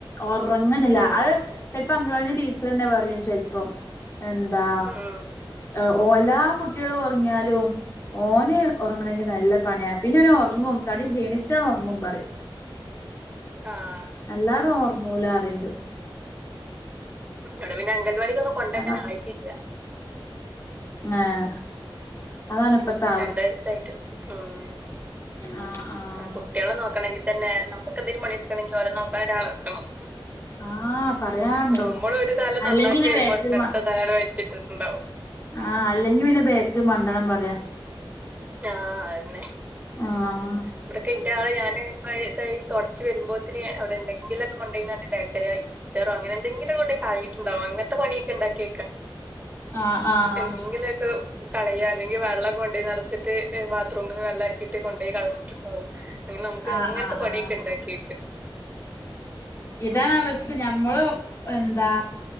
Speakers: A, on the left; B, on the right.
A: ഒറങ്ങന്നില്ല
B: ഉം,
A: അഹ് ചെൽപ്പോ അംഗലാടീന്ന് ടീച്ചറന്നെ പറ്യും ചെൽപ്പോ എന്താ
B: ഉം,
A: ഒ ഓലാ കുട്ടികളും ഒർങ്ങ്യാലും ഓന് ഒറങ്ങണെങ്കി നല്ല പണ്യാ പിന്നോനൊർങ്ങും തടി ക്ഷീണിച്ചാ ഒർങ്ങും പറിം.
B: ആഹ്.
A: അല്ലാതെ ഓ ഒർങ്ങൂലാറീണ്ട്.
B: ഇവിടെ പിന്നെ അംഗൽവാടിക്കൊന്നും കൊണ്ടാക്കാൻ
A: അതാ
B: ആയിട്ടില്ല
A: ങാഹ് അതാണ് ഇപ്പത്തെ
B: രണ്ട് വയസായിട്ട് ഉം
A: ആഹ് ആഹ്
B: ആ കുട്ട്യളെ നോക്കണെങ്കി തന്നെ നമുക്കെന്തെങ്കിലും പണിഎടുക്കണെങ്കി ഓര നോക്കാൻ ഒരാളെ വക്കണം
A: ആഹ് പറയാണ്ടോ
B: നമ്മൾ ഒരു തല
A: അല്ലെങ്കി
B: നന്നാക്കി
A: പിന്നെ
B: വരുമ്പോ
A: വേക്ക്
B: അടുത്ത
A: മാ
B: തലയുടെ വലിച്ചിട്ടിട്ടുണ്ടാവും
A: ആഹ് അല്ലെങ്കി പിന്നെ ബേക്ക് മണ്ടണം പറയാ
B: ആ അതന്നെ
A: ആഹ്
B: ഇവിടൊക്കെ ഇന്റെ ആള് ഞാന് <unintelligible> തൊടച്ച് വരുമ്പോത്തിന് അവിടെ എന്തെങ്കിലൊക്കെ കൊണ്ടയ്ക്കാണ്ട് ടേയ്റ്റാറായ് മിച്ചർ അങ്ങനെന്തെങ്കിലും കൊണ്ടയ് കളഞ്ഞിട്ടുണ്ടാവും അങ്ങനത്തെ പണിയക്കെ ഇണ്ടാക്കി
A: ആഹ് ആഹ്
B: എന്തെങ്കിലൊക്കെ കളയ അല്ലെങ്കി വെള്ളം കൊണ്ടോയി നിറച്ച ട്ട് ബാത്ത്റൂമിന്ന് വെള്ളാക്കിയിട്ട് കൊണ്ടോയി കളഞ്ഞിട്ടുണ്ടാവും അങ്ങനെ നമുക്ക്
A: ആഹ്
B: അങ്ങൻത്തെ
A: ആഹ്
B: പണിയൊക്കെ
A: ആഹ്
B: ഉണ്ടാക്കി
A: ഇതാണ് അവസ്ഥ ഞമ്മള് എന്താ